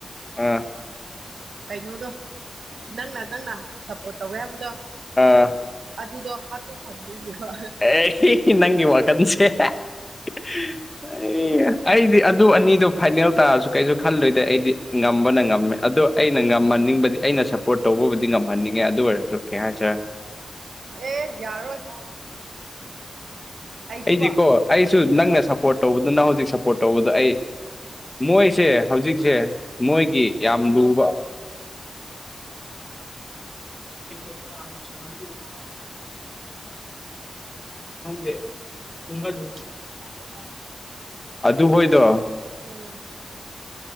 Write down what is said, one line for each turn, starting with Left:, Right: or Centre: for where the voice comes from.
Left: ꯑ
Right: ꯀꯩꯅꯣꯗꯣ ꯅꯪꯅ ꯅꯪꯅ ꯁꯞꯄꯣꯔꯠ ꯇꯧꯋꯦ ꯍꯥꯏꯕꯗꯣ
Left: ꯑꯥ
Right: ꯑꯗꯨꯗꯣ ꯍꯥꯠꯇꯣꯛ ꯈꯟꯗꯣꯏꯅꯦꯕ
Left: ꯑꯦ ꯅꯪꯒꯤ ꯋꯥꯈꯟꯁꯦ <unintelligible> ꯑꯩꯗꯤ ꯑꯗꯨ ꯑꯅꯤꯗꯣ ꯐꯥꯏꯅꯦꯜ ꯇꯥꯔꯁꯨ ꯀꯩꯁꯨ ꯈꯜꯂꯨꯗꯦ ꯑꯩꯗꯤ ꯉꯝꯕꯅ ꯉꯝꯃꯦ ꯑꯗꯣ ꯑꯩꯅ ꯉꯝꯃꯟꯅꯤꯡꯕꯗꯤ ꯑꯩꯅ ꯁ ꯁꯄꯣꯔꯠ ꯇꯧꯕꯕꯨꯗꯤ ꯉꯝꯍꯟꯅꯤꯡꯉꯦ ꯑꯗꯨ ꯑꯣꯏꯔꯁꯨ ꯀꯩ ꯍꯥꯏꯔꯦ
Right: ꯑꯦ ꯌꯥꯔꯣꯏ ꯑꯩꯁꯦꯀꯣ
Left: ꯑꯩꯗꯤꯀꯣ ꯑꯩꯁꯨ ꯅꯪꯅ
Right: ꯎꯝ
Left: ꯁꯞꯄꯣꯔꯠ ꯇꯧꯕꯗꯨꯅ ꯍꯧꯖꯤꯛ ꯄꯣꯔꯠ ꯇꯧꯕꯗ ꯑꯩ ꯃꯣꯏꯁꯦ ꯍꯧꯖꯤꯛꯁꯦ ꯃꯣꯏꯒꯤ
Right: ꯎꯝ
Left: ꯌꯥꯝ ꯂꯨꯕ <unintelligible>
Right: ꯍ ꯑꯗꯨ ꯑꯗꯨ
Left: ꯍꯪꯗꯦ ꯏ ꯎ
Right: ꯃ
Left: ꯑꯗꯨ ꯍꯣꯏꯗꯣ
Right: ꯎꯝ